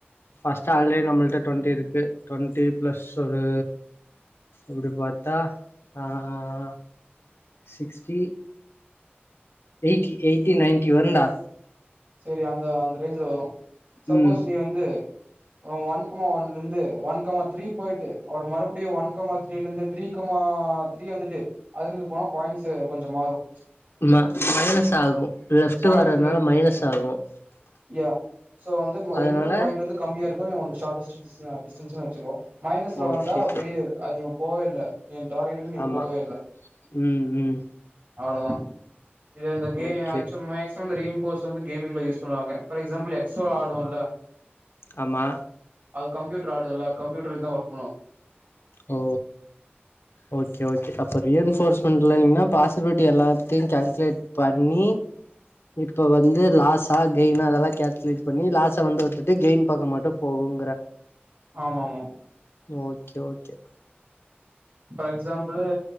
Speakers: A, on the left; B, on the right.
A: பஸ்ட் ஆல்ரெடி நம்மள்ட்ட டுவெண்ட்டி இருக்கு டுவெண்ட்டி பிளஸ் ஒரு இப்டி பாத்தா ஆஹ் சிக்ஸ்டி எயிட்டி எயிட்டி நைன்டி வருண்டா
B: செரி அந்த அந்த ரேஞ்ச்ல வரும் சப்போஸ்
A: ம்
B: நீ வந்து ஒன்கமா ஒன்ல இருந்து ஒன்கமா த்ரீ போயிட்டு அவர் மறுபடியும் ஒன்கமா த்ரீல இருந்து த்ரீகமா த்ரீ வந்துட்டு அதுல இருந்து போனா பாயிண்ட்ஸ் கொஞ்சோ மாறும்
A: ம மைனஸ் ஆகும் லெஃப்ட்
B: பாயிண்ட்ஸ்
A: வர்றதுனால
B: ரிலேட் பண்ணி
A: மைனஸ் ஆகும்
B: யா பா சோ வந்து
A: அதனால
B: எந்த பாயிண்ட் வந்து கம்மியா இருக் உனக்குசார்ட்டஸ்ட் டிஸ்டன்ஸ்ல வச்சுக்கோ மைனஸ்ல
A: ஓகே
B: வந்தா ஃபெய்லியர் போவே இல்ல என் டார்கெட்டுக்கு நீ
A: ஆமா
B: போகவே இல்லை
A: ம் ம்
B: அவ்வளோதான் <unintelligible>
A: ஓகே
B: இப்ப வந்து கேமிங்ல யூஸ் பண்ணுவாங்க ஃபார் எக்ஸாம்பிள் எக்ஸோ ஆடுவோல்ல
A: ஆமா
B: அது கம்யூட்டர் ஆடுதுல ல கம்யூட்டர் இதான் வொர்க் பண்ணும்
A: ஓ ஓகே ஓகே அப்ப ரீயன்போர்ஸ் பண்ணலைனா பாசிபிலிட்டி எல்லாத்தையும் கால்குலேட் பண்ணி இப்ப வந்து லாஸா கெயினா அதெல்லாம் கால்குலேட் பண்ணி லாஸ வந்து ஒருத்துட்டு கெயின் பாக்க மட்டு போகுங்கற
B: ஆமா ஆமா
A: okay okay
B: for example